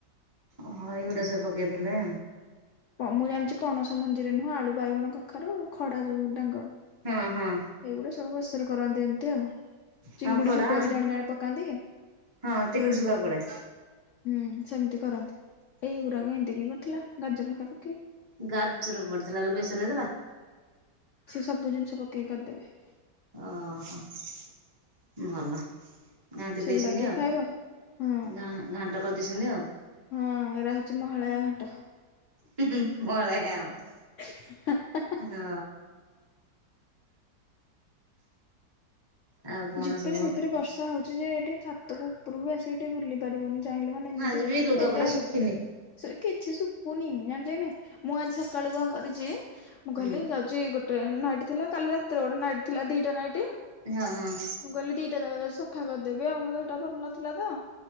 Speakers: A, on the right; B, on the left.
A: ଓହୋ ଏଇଗୁଡା ସବୁ ପକେଇଥିଲେ।
B: ମୁଁ ଜାଣିଛି ପଣସ ମଞ୍ଜିରେ ନୁହଁ। ଆଳୁ, ବାଇଗଣ, କଖାରୁ, ଖଡା ଯୋଉ ଡାଙ୍ଗ।
A: ହଁ ହଁ।
B: ଏଇଗୁଡା ସବୁ ବେଷରେ କରନ୍ତି ଏମିତି ଆଉ।
A: ହଁ
B: ଚିଙ୍ଗୁଡି
A: ଖଡା
B: ଶୁଖୁଆ ବି ଜଣେ ଜଣେ ପକାନ୍ତି।
A: ହଁ ଚିଙ୍ଗୁଡି ଶୁଖୁଆ ପଡେ।
B: ହୁଁ ସେମିତି କରନ୍ତି। ଏଇଗୁରାକ ଏମିତି କିଏ କରିଥିଲା ଗାଜର ହେକା ପକେଇକି।
A: ଗାଜର ପଡିଥିଲା ବେସର ହେଇଥିଲା।
B: ସେ ସବୁ ଜିନିଷ ପକେଇକି କରିଦେବେ।
A: ଓହୋ ଭଲ। ଘାଣ୍ଟି
B: ସେଗୁଡା
A: ଦେଇଛନ୍ତି
B: କିଏ
A: ଆଉ।
B: ଖାଇବ ହଁ
A: ଘାଣ୍ଟ କରିଦେଇଛନ୍ତି ଆଉ।
B: ହଁ ଏରା ହୋଉଚି ମହାଳୟା ଘାଣ୍ଟ।
A: ହୁଁ ହୁଁ ବଳାକେ ଆଅ।
B: <inaudible>
A: ହଁ। ଆଉ କଣ
B: ଝିପିରି
A: ସବୁ
B: ଝିପିରି ବର୍ଷା ହୋଉଚି ଯେ ଏଠି ଛାତକୁ ଉପୁରୁକୁ ଆସିକି ଟିକେ ବୁଲି ପାରିବନି। ଚାହିଁଲେ ମାନେ ଏମିତି
A: ଆଜି ବି ଲୁଗାପଟା
B: ଏମତି ଆ
A: ଶୁଖିନି
B: ସେ କିଛି ଶୁକୁନି ଜାଣିଚ କି ନାହିଁ ମୁଁ ଆଜି ସକାଳୁ କଣ କରଚି ମୁଁ
A: ହୁଁ
B: କହିଲି ଯାଉ ଚି ଗୋଟେ ନାଇଟ୍ ଥିଲା, କାଲି ରାତିରେ ଗୋଟେ ନାଇଟ୍ ଥିଲା ଦିଟା ନାଇଟ୍।
A: ଏ ହଁ ହଁ।
B: ମୁଁ କହିଲି ଦିଟା ଯାକ ଯାଉଚି ସଫା କରିଦେବି ଆଉ ମୋ ଦେହଟା ଭଲ ନଥିଲା ତ।